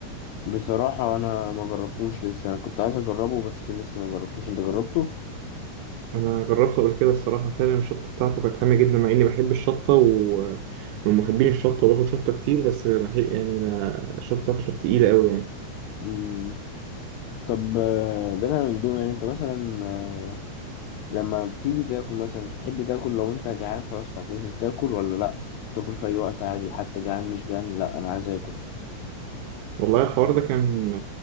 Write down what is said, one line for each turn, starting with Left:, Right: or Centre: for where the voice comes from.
Left: بصراحة انا ما جربتوش لسه انا كنت عايز اجربه بس لسه ما جربتوش انت جربته
Right: انا جربت قبل كده الصراحه فعلا الشطه بتاعته كانت حاميه جدا مع اني بحب الشطه ومن محبين الشطه وباكل شطه كتير بس ما هي- يعني ما الشطه بتاعته كانت تقيله قوي يعني
Left: مم. طب آه، بدل من دول يعني انت مثلا آه، لما بتيجي تاكل مثلا تحب تاكل لو انت جعان خلاص فهتنزل تاكل ولا لا تاكل في اي وقت عادي حتى جعان مش جعان لا انا عايز اكل
Right: والله الحوار ده كان